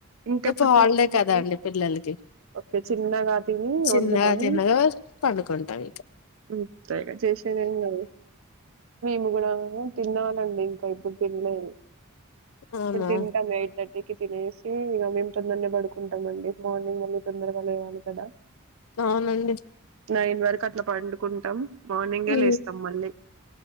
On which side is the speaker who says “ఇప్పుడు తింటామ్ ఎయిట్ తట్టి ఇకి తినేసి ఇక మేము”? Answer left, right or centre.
Right